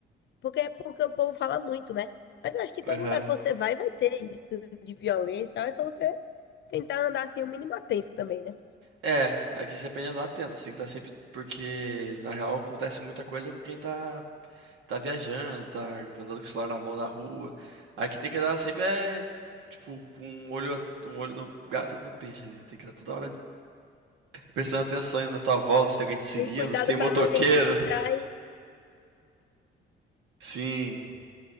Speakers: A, on the left (about 65°); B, on the right (about 80°).
A: porque é porque o povo fala muito, né? Mas eu acho que todo
B: aham.
A: lugar que você vai, vai ter isso de violência, é só você tentar andar assim o mínimo atento também, né?
B: É, aqui você aprende a andar atento, você tem que estar sempre. Porque na real acontece muita coisa com quem tá, tá viajando, tá andando com o celular na mão na rua. Aqui tem que andar sempre, é, tipo, com um olho, a- um olho no gato e outro no peixe ali. Tem que estar toda hora prestando atenção na tua volta, se tem alguém te seguindo,
A: E cuidado
B: se tem motoqueiro.
A: para não entrar em,
B: Sim,